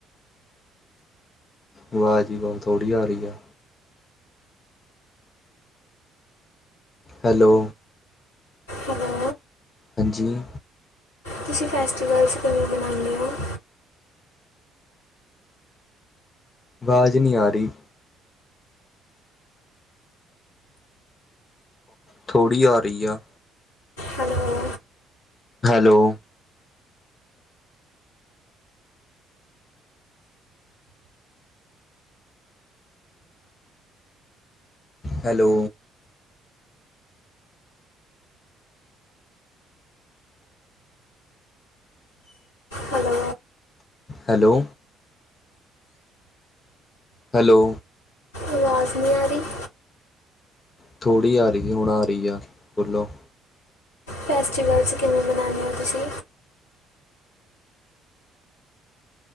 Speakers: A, on the left; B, on the left.
A: ਆਵਾਜ਼ ਹੀ ਬਹੁਤ ਥੋੜ੍ਹੀ ਆ ਰਹੀ ਆ। ਹੈਲੋ
B: ਹੈਲੋ
A: ਹਾਂਜੀ
B: ਤੁਸੀਂ ਫੈਸਟੀਵਲਸ ਕਵੇੋਂ ਮਨਾਉਂਦੇ ਹੋ <inaudible>
A: ਆਵਾਜ਼ ਨਹੀਂ ਆ ਰਹੀ। ਥੋੜ੍ਹੀ ਆ ਰਹੀ ਆ।
B: Hello
A: hello hello
B: hello
A: hello hello
B: ਆਵਾਜ਼ ਨਹੀਂ ਆ ਰਹੀ <inaudible>
A: ਥੋੜ੍ਹੀ ਆ ਰਹੀ ਹੁਣ ਆ ਰਹੀ ਆ ਬੋਲੋ
B: ਫੈਸਟੀਵਲਸ ਕਿਵੇਂ ਮਨਾਦੇ ਹੋ ਤੁਸੀਂ